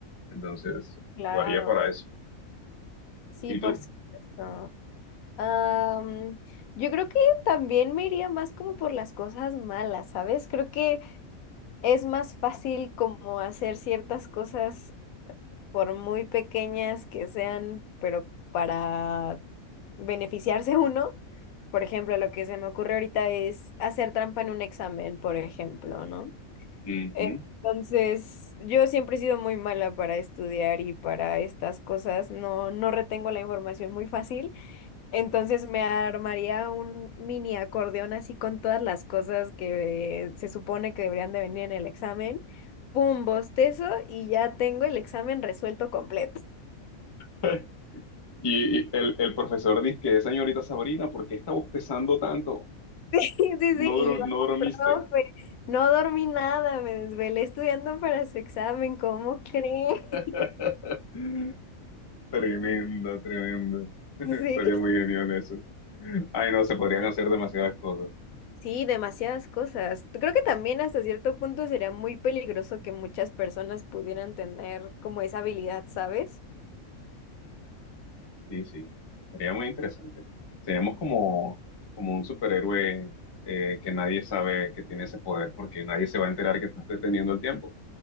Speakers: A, on the left; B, on the left.
A: Entonces,
B: claro.
A: lo haría para eso.
B: Sí,
A: ¿Y
B: por
A: tú?
B: supuesto. Am, yo creo que también me iría más como por las cosas malas, ¿sabes? Creo que es más fácil como hacer ciertas cosas por muy pequeñas que sean, pero para beneficiarse <laughs> uno, por ejemplo, lo que se me ocurre ahorita es hacer trampa en un examen, por ejemplo, ¿no?
A: Ujú.
B: Entonces, yo siempre he sido muy mala para estudiar y para estas cosas, no, no retengo la información muy fácil, entonces me armaría un mini acordeón así con todas las cosas que se supone que deberían de venir en el examen, pum, bostezo y ya tengo el examen resuelto completo.
A: <laughs> Y, y el, el profesor dice que, señorita Sabrina, ¿por qué está bostezando tanto?
B: <laughs> Sí, sí, sí,
A: No,
B: y
A: dro-
B: yo,
A: no dormiste.
B: profe, no dormí nada, me desvelé estudiando para su examen, ¿cómo cree?
A: <laughs>
B: <laughs>
A: Tremenda, tremenda. <laughs> Estaría
B: Sí.
A: muy genial eso. Ay, no, se podrían hacer demasiadas cosas.
B: Sí, demasiadas cosas. Creo que también hasta cierto punto sería muy peligroso que muchas personas pudieran tener como esa habilidad, ¿sabes?
A: Sí, sí. Sería muy interesante. Seríamos como, como un superhéroe eh, que nadie sabe que tiene ese poder porque nadie se va a enterar que estás deteniendo el tiempo.